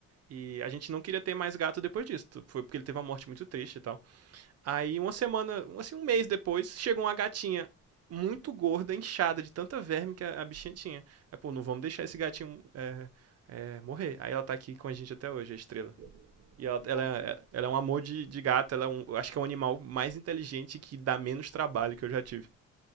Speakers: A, on the right; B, on the left.
A: E a gente não queria ter mais gato depois disso. Foi porque ele teve uma morte muito triste e tal. Aí uma semana, assim, um mês depois, chegou uma gatinha muito gorda, inchada de tanta verme que a, a bichinha tinha. Aí, pô, não vamos deixar esse gatinho é, é, morrer. Aí ela tá aqui com a gente até hoje, a estrela. E ela,
B: Você
A: ela,
B: sabe que,
A: é- ela é um amor de, de gato, ela é um, acho que é um animal mais inteligente que dá menos trabalho que eu já tive.